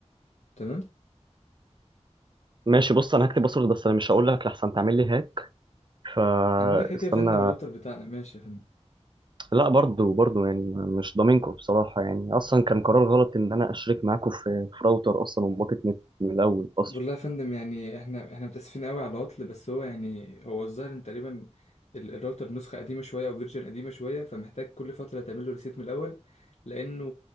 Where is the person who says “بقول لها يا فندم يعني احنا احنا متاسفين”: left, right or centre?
Left